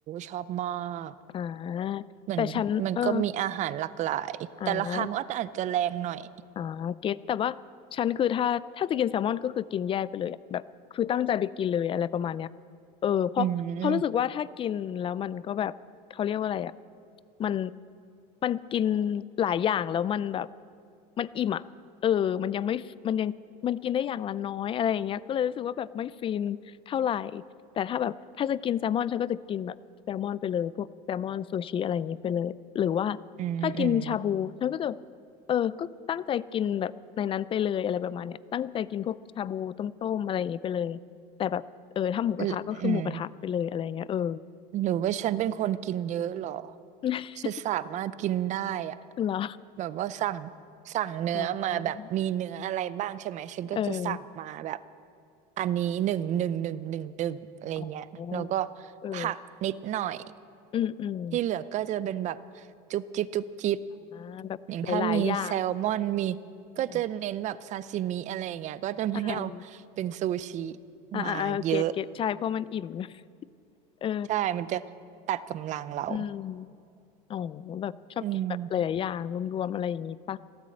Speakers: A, on the right (about 40°); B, on the left (about 30°).
A: ชอบมาก
B: อ่า
A: เหมือนมันก็มีอาหารหลากหลาย
B: แต่ฉันเอออ่า
A: แต่ราคามันก็อาจจะแรงหน่อย
B: อ่าเก็ตแต่ว่าฉันคือถ้าถ้าจะกินแซลมอนก็คือกินแยกไปเลยอะแบบคือตั้งใจไปกินเลยอะไรประมาณเนี้ยเออเพราะเพราะรู้สึกว่าถ้ากินแล้วมันก็แบบเขาเรียกว่าอะไรอ่ะ
A: อืม
B: มันมันกินหลายอย่างแล้วมันแบบมันอิ่มอ่ะเออมันยังไม่มันยังมันกินได้อย่างละน้อยอะไรอย่างเงี้ยก็เลยรู้สึกว่าแบบไม่ฟินเท่าไหร่แต่ถ้าแบบถ้าจะกินแซลมอนฉันก็จะกินแบบแซลมอนไปเลยพวกแซลมอนซูชิอะไรอย่างงี้ไปเลยหรือว่า
A: อืมอืม
B: ถ้ากินชาบูฉันก็จะ เออก็ตั้งใจกินแบบในนั้นไปเลยอะไรประมาณเนี้ยตั้งใจกินพวกชาบูต้มๆอะไรอย่างงี้ไปเลยแต่แบบเออถ้าหมูกระทะก็คือหมูกระทะไปเลยอะไรเงี้ยเออ
A: อืม หรือว่าฉันเป็นคนกินเยอะเหรอ
B: <laughs>
A: ฉันสามารถกินได้อะ
B: เหรอ
A: แบบว่าสั่งสั่งเนื้อมาแบบมีเนื้ออะไรบ้างใช่ไหมฉันก็จะสั่งมาแบบ
B: อ่าเออ
A: อันนี้หนึ่งหนึ่งหนึ่งหนึ่งหนึ่งอะไรเงี้ยแล้วก็
B: อ๋อเออ
A: ผักนิดหน่อย
B: อืมอืม
A: ที่เหลือก็จะเป็นแบบจุ๊บจิ๊บจุ๊บจิ๊บ
B: อ่าแบบหลายๆอย่าง
A: อย่างถ้ามีแซลมอนมีก็จะเน้นแบบซาซิมิอะไรเงี้ยก็จะไม่เอา
B: อ่า
A: เป็นซูชิ
B: อ่าอ่าอ่าเก็ตเก็ตใช่เพราะมันอิ่ม
A: มาเยอะ
B: <laughs> เออ
A: ใช่มันจะตัดกำลังเรา
B: อืมอ๋อแบบชอบกินแบบหลายๆอย่างรวมๆอะไรอย่างงี้ปะ
A: อืม